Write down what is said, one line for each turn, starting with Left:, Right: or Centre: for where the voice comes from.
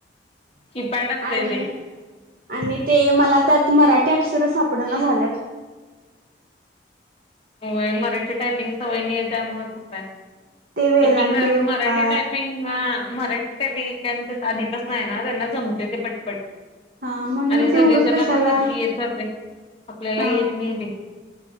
Left: कीपॅड असतय
Right: आणि
Left: ते
Right: आणि ते मला त्यात मराठी अक्षर सापडना झाल्यात.
Left: होय मराठी टायपिंग सवय नाही आहे त्यामुळ अस हाय
Right: ते वेलांटी
Left: एकेकजण
Right: उकार
Left: मराठी टाय पिंग हा मराठी टायपिंग एकेकाच्यात अधिपासन नाही ना त्यांना जमते ते पटपट.
Right: हा म्हणून
Left: आणि
Right: मग
Left: सजेशनला
Right: ते उगच कशाला
Left: पण वरती येत जातय आपल्याला
Right: हा
Left: येत नाही ते.